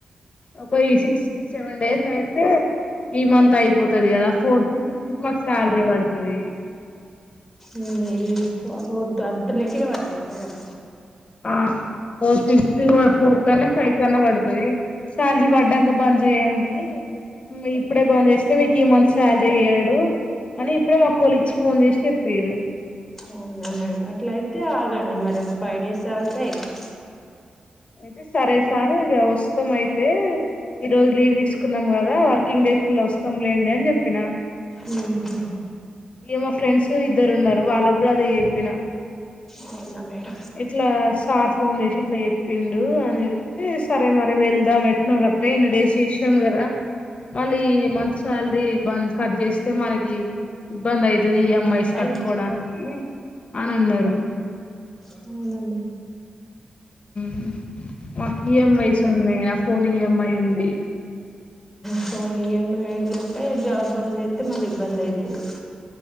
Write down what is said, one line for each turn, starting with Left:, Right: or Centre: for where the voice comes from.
Left: ఒక సిక్స్ సెవెన్ డేస్ అయితే ఈ మంత్ అయిపోతుంది కదా ఫోర్త్ ఫిఫ్త్ మాకు సాలరీ పడతది
Centre: మ్ ఫోర్త్ అత్త లేటు గా పడుతదా మేడం
Left: ఆ ఫోర్ సిక్స్ ఫోర్ కన్నా ఫైవ్ కన్నా పడుతది సాలరీ పడ్డాంక బంద్ చేయండి ఇప్పుడే బంద్ చేస్తే మీకు ఈ మంత్ శాలరీ ఇయ్యడు అని ఇప్పుడే మా కోలిక్స్ ఫోన్ చేసి చెప్పిర్రు
Centre: అవునా మేడం అట్లా అయితే ఆగండి మరి ఒక ఫైవ్ డేస్ ఆగితే అయిపోయే
Left: అయితే సరే సార్ ఇక వస్తాం అయితే ఈ రోజు లీవ్ తీసుకుందాం కదా వర్కింగ్ డేస్ల వస్తాం లేండి అని చెప్పినా
Centre: మ్ హు
Left: ఇక మా ఫ్రెండ్స్ ఇద్దరు ఉన్నారు వాళ్ళకు కూడా అదే చెప్పిన
Centre: అవునా మేడం
Left: ఇట్లా సార్ ఫోన్ చేసి ఇట్లా పిండు అని చెప్తే సరే మరి వెళ్దాం ఎట్న గట్ట ఇన్ని డేస్ చేసినాం కదా మళ్ళీ మంత్ సాలరీబంద్ కట్ చేస్తే మనకి ఇబ్బంది ఐతే అది ఇమ్ఐస్
Centre: ఫైవ్
Left: కట్టుకోవడానికి
Centre: డేస్
Left: అని అన్నరు
Centre: అవున మె
Left: మ్ మాకిీ ఇ మ్ ఐస్ ఉన్నాయి ఫోన్ ఇ మ్ ఐ ఉంది
Centre: ఫోన్ ఈ మ్ ఐ లు టే జాబ్ బంద్ చేస్తే అయితే మళ్ళ ఇబ్బంది ఐతాది